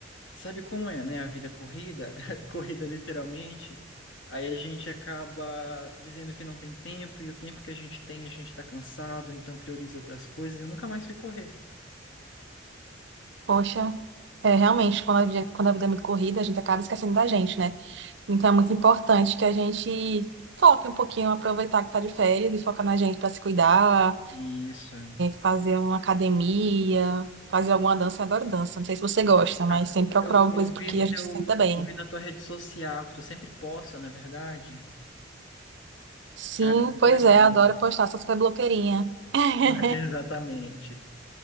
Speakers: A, on the left; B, on the right.
A: sabe como é, né? A vida é corrida, <laughs> corrida literalmente. Aí a gente acaba dizendo que não tem tempo, e o tempo que a gente tem, a gente tá cansado, então prioriza outras coisas. e Eu nunca mais fui correr.
B: Poxa, é realmente, quando a vida, quando a vida é muito corrida, a gente acaba esquecendo da gente, né? Então é muito importante que a gente foque um pouquinho, aproveitar que tá de férias e focar na gente pra se cuidar.
A: Isso.
B: fazer uma academia, fazer alguma dança. Eu adoro dança. Não sei se você gosta, mas
A: Ah,
B: sempre procurar
A: Eu,
B: alguma
A: eu
B: coisa porque
A: vi no
B: a
A: teu,
B: gente se senta bem.
A: eu vi na tua rede social, que tu sempre posta, na verdade.
B: Sim,
A: Cara, muito
B: pois
A: legal.
B: é, adoro postar, essas super blogueirinha. <laughs>
A: <laughs> Exatamente.